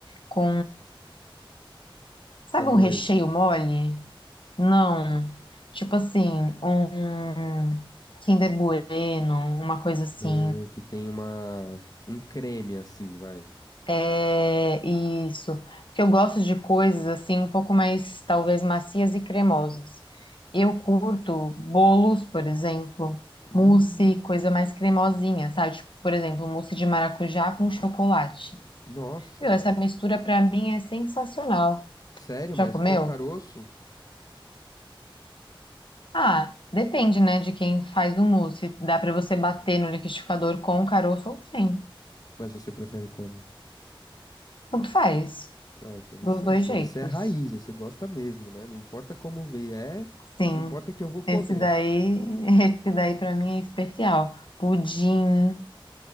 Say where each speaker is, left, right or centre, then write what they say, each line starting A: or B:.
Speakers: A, on the left; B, on the left.
A: com, sabe,
B: Framboesa.
A: um recheio mole? Não. Tipo assim, um Kinder Bueno, uma coisa assim.
B: Ah, que tem uma um creme assim, vai.
A: É isso. Porque eu gosto de coisas assim um pouco mais, talvez, macias e cremosas. Eu curto bolos, por exemplo,
B: Hum,
A: mousse, coisa mais cremosinha, sabe? Tipo, por exemplo, mousse de maracujá com chocolate.
B: nossa.
A: Meu, essa mistura pra mim é sensacional.
B: Sério,
A: Já
B: mas
A: comeu?
B: com caroço?
A: Ah, depende, né, de quem faz o mousse. Dá pra você bater no liquidificador com o caroço ou sem.
B: Mas você prefere como?
A: Tanto faz,
B: Ah, interessante.
A: dos dois
B: Então
A: jeitos.
B: você é raiz, você gosta mesmo, né? Não importa como vier,
A: Sim,
B: importa que eu vou comer.
A: esse daí, <laughs> esse daí para mim é especial. Pudim.